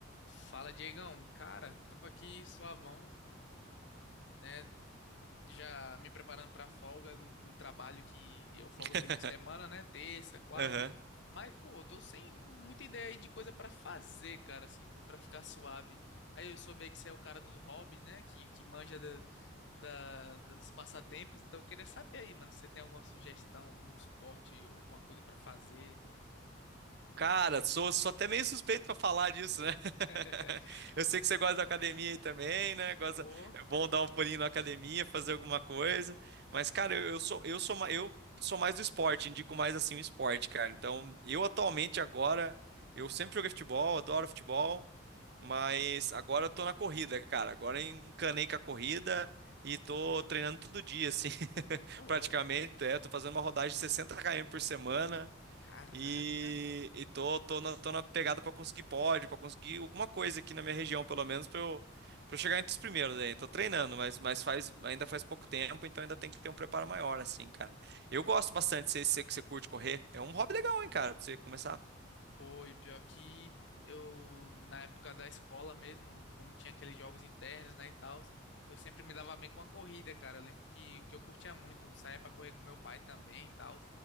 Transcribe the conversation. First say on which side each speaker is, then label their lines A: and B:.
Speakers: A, on the left (about 60°); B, on the right (about 55°).
A: Fala, Diegão. Cara, tava aqui suavão, né? Já me preparando pra folga do, do trabalho que eu folgo
B: <laughs>
A: no meio de semana, né? Terça, quarta.
B: Aham.
A: Mas, pô, tô sem muita ideia aí de coisa pra fazer, cara, assim, pra ficar suave. Aí eu soube aí que você é o cara dos hobbies, né? Que, que manja da, da- dos passatempos. Então eu queria saber aí, mano, se você tem alguma sugestão, algum esporte, alguma coisa pra fazer.
B: Cara, sou, sou até meio suspeito pra falar disso, né? <laughs>
A: <laughs>
B: Eu sei que você gosta da academia aí também, né? Gosta,
A: Ô,
B: é bom dar um pulinho na academia, fazer alguma coisa. Mas, cara, eu, eu sou, eu sou, ma- eu sou mais do esporte, indico mais assim o esporte, cara. Então, eu atualmente agora, eu sempre joguei futebol, adoro futebol, mas agora eu tô na corrida, cara. Agora eu encanei com a corrida e tô treinando todo dia, assim, <laughs>
A: ô louco.
B: praticamente. É, tô fazendo uma rodagem de sessenta km por semana.
A: Caraca.
B: E, e tô, tô na, tô na pegada pra conseguir pod, pra conseguir alguma coisa aqui na minha região, pelo menos, pra eu, pra eu chegar entre os primeiros aí. Tô treinando, mas, mas faz, ainda faz pouco tempo, então ainda tem que ter um preparo maior, assim, cara. Eu gosto bastante, sei, sei que você curte correr. É um hobby legal, hein, cara, pra você começar.
A: Pô, e pior que eu, na época da escola mesmo, quando tinha aqueles jogos internos, né, e tal, eu sempre me dava bem com a corrida, cara. Eu lembro que, que eu curtia muito, saía pra correr com meu pai também e tal.